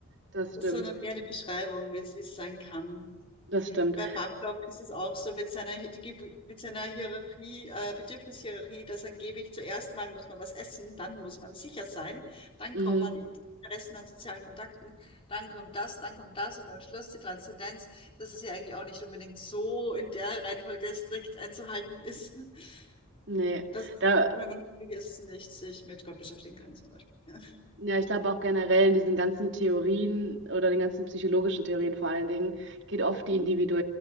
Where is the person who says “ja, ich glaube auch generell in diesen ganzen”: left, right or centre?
Right